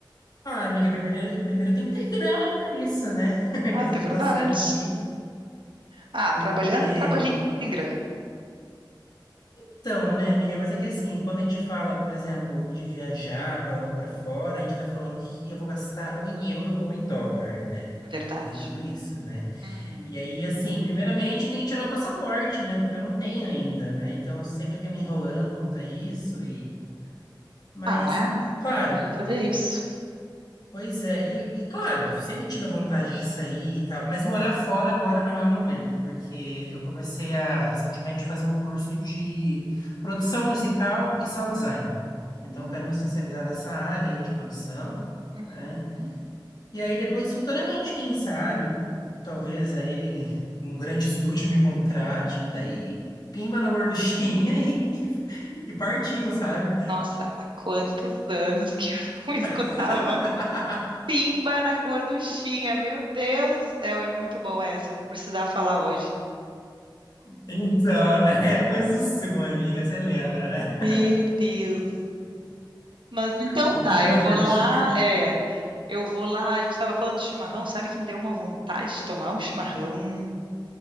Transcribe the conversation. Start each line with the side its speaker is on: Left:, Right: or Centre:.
Left: Ah, amiga, primeiro, primeiro tem que ter grana para isso, né? <laughs>
Right: Ah,
Left: Com essa
Right: é verdade.
Left: situação aqui,
Right: Ah,
Left: porque...
Right: trabalhando, trabalhinho tem grana.
Left: Então, né, amiga? Mas é que assim, quando a gente fala, por exemplo, de viajar para para fora, a gente está falando que eu vou gastar ou em euro ou em dólar, né?
Right: Verdade.
Left: Eu tenho tudo isso, né?
Right: Uhum.
Left: E aí, assim, primeiramente tem que tirar o passaporte, né? Porque eu não tenho ainda, né? Então eu sempre fiquei me enrolando quanto a isso e, mas,
Right: Ah,
Left: claro.
Right: então corri fazer isso.
Left: Pois é, e, e claro, sempre tive a vontade de sair e tal, mas morar fora agora não é o momento, porque eu comecei a recentemente fazer um curso de produção musical e sound designer. Então
Right: Hum,
Left: eu quero me especializar nessa área aí de produção,
Right: uhum.
Left: né? E aí depois, futuramente, quem sabe, talvez aí um grande <laughs> estúdio me contrate, e daí pimba na gorduchinha <laughs> e, e partiu, sabe?
Right: Nossa, há quantos anos que eu não <laughs> escutava
Left: <laughs>
Right: Pimba na Gorduchinha. Meu Deus do céu, é muito boa essa. Eu vou precisar falar hoje.
Left: Então, né? <laughs> Coisa sua, amiga. Você lembra, né?
Right: Meu Deus. do- Mas então
Left: O
Right: tá,
Left: piba
Right: eu
Left: na gorduchinha.
Right: vou lá, é, eu vou lá, a gente tava falando de chimarrão, sabe que me deu uma vontade de tomar um chimarrão.